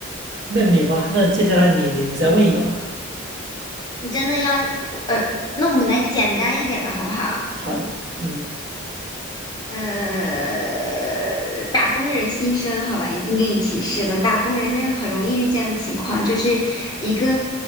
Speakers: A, on the right (about 50°); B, on the left (about 20°).
A: 那你吧，那接下来你你你再问一个吧。
B: <laughs> 你真的要呃，那我们来简单一点的好不好？
A: 好呀，嗯
B: 呃，打工人心声，好吧，已经给你提示了。打工人家很容易遇见的情况，就是一个